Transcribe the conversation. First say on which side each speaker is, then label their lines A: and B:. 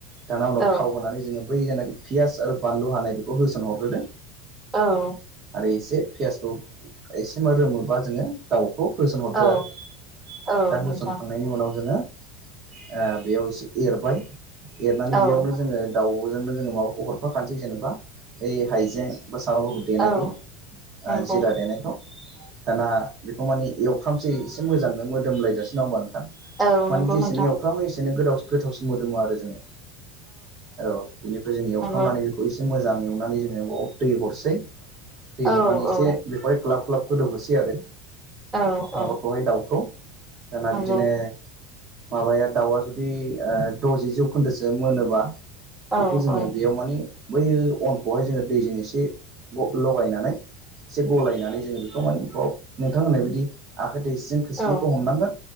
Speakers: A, on the right (about 45°); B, on the right (about 15°).
A: दाना उनाव
B: औ
A: थाव होनानै जोङो बै जेखि पियास आरो बानलु हानाय बेखौ होसन हरग्रोदो
B: औ
A: आरो एसे पियासखौ एसे रोमोबा जोङो दाउ खौ होसन हरदो
B: औ
A: आरो
B: औ
A: दा
B: नोंथां
A: होसनखांनायनि उनाव जोङो ओ बेयाव एसे एरबाय एरनानै
B: औ
A: बेयावनो जोङो दाउजोंनो माबाखौ हफाखासै जेनबा बै हाइजें बा सामब्रामगु देनायखौ
B: औ
A: ओ
B: नंगौ
A: जिरा देनायखौ। दाना बेखौ मानि एवफ्रामसै एसे मोजांनो मोदोमलायजासि नङा होनबा नोंथां?
B: औ
A: माने
B: नंगौ
A: जेसेनो
B: नोंथां
A: एवफ्रामो एसेनो गोाव गोथावसिन मोदोमो आरो जोङो। औ बेनिफ्राय जों एवफ्रामनानै
B: नंगौ
A: बेखौ एसे मोजां एवनानै जोङो बाउ दै हरसै दै
B: औ
A: हरनानै एसे
B: औ
A: बेखौहाय ग्लाब ग्लाब गोदौहोसै आरो।
B: औ
A: माबाखौहाय
B: औ
A: दाउखौ दाना
B: नंगौ
A: बिदिनो माबाया दाउआ जुदि द'जि जौखोन्दोसो मोनोबा
B: औ
A: बेखौ जोङो
B: औ
A: बेयाव माने बै अनखौहाय जोङो दैजों एसे लगायनानै एसे गलायनानै जोङो बेखौ माने बाव नोंथां होननाय बायदि आ खाइ दैसिजों खोस्लिखौ
B: औ
A: हमनांगोन